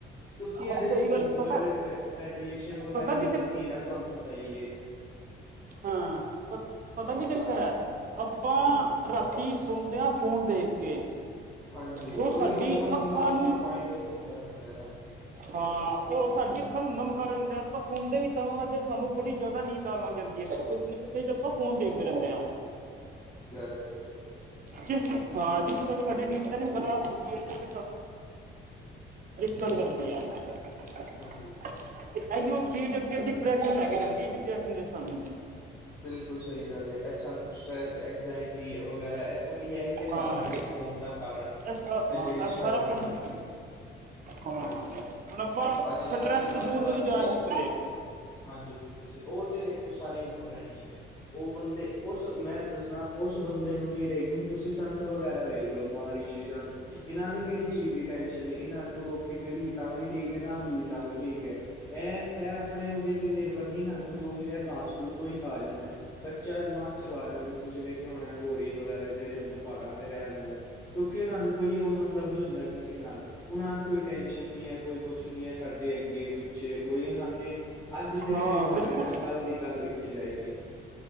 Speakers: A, on the left; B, on the right.
A: ਕਿਉਂਕਿ ਇਹਦੇ
B: ਹਾਂ ਸਹੀ
A: ਚੋ
B: ਗੱਲ
A: ਵਰਲਡ
B: ਪਤਾ
A: ਰੇਡੀਏਸ਼ਨ ਵਗੈਰਾ
B: ਪਤਾ
A: ਨਿਕਲਦੀ
B: ਕੀ ਚੱਕ
A: ਹੈ ਨਾ ਤੁਹਾਨੂੰ ਪਤਾ ਹੀ ਏ।
B: ਹਾਂ। ਪਤਾ ਕੀ ਚੱਕਰ ਏ, ਆਪਾਂ
A: ਹਾਂਜੀ
B: ਰਾਤੀ ਸੌਨੇ ਆ ਫੋਨ ਦੇਖ ਕੇ।
A: ਹਾਂਜੀ
B: ਜੋ
A: ਉਹੀ
B: ਸਾਡੀ
A: ਫੋਨ
B: ਅੱਖਾਂ
A: ਦਿਮਾ
B: ਨੂੰ
A: ਕੇ ਮਾਇੰਡ ਘੁੰਮਦਾ ਰਹਿੰਦਾ ਹਾਂਜੀ।
B: ਹਾਂ ਉਹ ਸਾਡੀਆਂ ਅੱਖਾਂ ਨੂੰ ਨਮ ਕਰ ਦਿੰਦਾ ਆਪਾਂ ਸੁਣਦੇ ਵੀ ਤਾਂ ਅੱਜ ਸਾਨੂੰ ਬੜੀ ਜ਼ਿਆਦਾ ਨੀਂਦ <unintelligible> ਲੰਘ ਜਾਂਦੀ ਏ ਤੁਸੀਂ ਦੇਖੋ ਫੋਨ ਦੇਖਦੇ ਰਹਿੰਦੇ ਆ।
A: ਬਿਲਕੁਲ ਸਹੀ ਏ।
B: ਜਿਸ ਹਾਂ ਜਿਸ ਕਰਕੇ ਸਾਡੀ ਨਿਤ ਵੀ ਖਰਾਬ ਹੁੰਦੀ ਹੈ ਜਿਸ <unintelligible> <unintelligible>
A: ਹਾਂਜੀ
B: ਤੇ ਇਹੀ ਉਹ ਚੀਜ਼ ਅ ਡਿਪਰੈਸ਼ਨ ਹੈਗਾ ਹਾਂਜੀ ਡਿਪਰੈਸ਼ਨ ਸਾਨੂੰ
A: ਬਿਲਕੁਲ ਸਹੀ ਗੱਲ ਹੈ। ਸਾਨੂੰ ਸਟਰ੍ਰੈਸ, ਇੰਗਜਾਇਟੀ ਵਗੈਰਾ ਇਹ ਸਭ ਵੀ ਇਹੀ ਤੇ ਕਾਰਨ
B: ਹਾਂ
A: ਹੈ ਫੋਨ ਦਾ ਕਾਰਨ।
B: ਇਹ ਸਾਰਾ ਹਾਂ
A: ਜਿਹੜੀ
B: ਇਹ
A: ਸ੍ਰੈਸ
B: ਸਾਰਾ ਫੋਨ
A: ਹਾਂਜੀ।
B: ਹਾਂ
A: ਹਾਂਜੀ,
B: ਹੁਣ ਆਪਾਂ
A: ਅੱਜਕੱਲ
B: ਸਟਰੈਸ
A: ਦੀ
B: ਤੋਂ ਦੂਰ
A: ਅੱਜਕੱਲ
B: ਕਦੇ
A: ਦੀ
B: ਜਾ ਨਹੀਂ ਸਕਦੇ
A: ਹਾਂਜੀ ਬਿਲਕੁਲ ਜੀ ਉਹ ਤੇ ਦੇਖੋ ਸਾਰੀ ਉਮਰ ਰਹਿਣੀ ਹੈ। ਉਹ ਬੰਦੇ ਉਸ ਮੈਂ ਦੱਸਣਾ ਉਸ ਬੰਦੇ ਨੂੰ ਨਹੀਂ ਰਹੇਗੀ ਹੁਣ ਤੁਸੀਂ ਸਾਨੂੰ ਸੰਤ ਵਗੈਰਾ ਵੇਖਲੋ ਮਹਾਂਰਿਸ਼ੀ ਸੰਤ ਇਹਨਾਂ ਨੇ ਕਿਹੜੀ ਚੀਜ਼ ਦੀ ਟੈਨਸ਼ਨ ਏ ਇਹਨਾਂ ਨੂੰ ਰੋਕ ਕੇ ਮਿਲਗੀ ਤਾਂ ਵੀ ਠੀਕ ਏ ਹੈ ਨਾ ਮਿਲੀ ਤਾਂ ਵੀ ਠੀਕ ਏ। ਇਹ ਇਹ ਆਪਣੇ ਉਹਦੇ ਤੇ ਨਿਰਭਰ ਨਹੀਂ ਨਾ ਨੂੰ ਜੋ ਮਿਲਿਆ ਗਾਸ ਫੂਸ ਉਈ ਖਾ ਜਾਂਦਾ। ਕੱਚਾ ਮਾਸ ਚਬਾ ਜਾਂਦੇ ਤੁਸੀਂ ਵੇਖਿਆ ਹੋਣਾ ਗੋਰੀ ਵਗੈਰਾ ਜਿਹੜੇ ਹੁੰਦੇ ਪਹਾੜਾਂ ਤੇ ਰਹਿਣ ਆਲੇ। ਕਿਉਂਕਿ ਉਹਨਾਂ ਨੂੰ ਕੋਈ ਉਹ ਮਤਲਬ ਨੀ ਹੁੰਦਾ ਕਿਸੇ ਨਾਲ, ਉਹਨਾਂ ਨੂੰ ਕੋਈ ਟੈਸ਼ਨ ਨੀ ਹੈ ਕੋਈ ਕੁਛ ਨੀ ਹੈ ਸਾਡੇ ਅੱਗੇ-ਪਿੱਛੇ ਕੋਈ ਉਹਨਾਂ ਨੇ ਅੱਜ ਤੇ
B: ਹਾਂ
A: ਨਿਰਭਰ
B: ਬਿਲਕੁਲ
A: ਰਹਿਣਾ ਕੱਲ੍ਹ ਦੀ ਕੱਲ੍ਹ ਵੇਖੀ ਜਾਏਗੀ।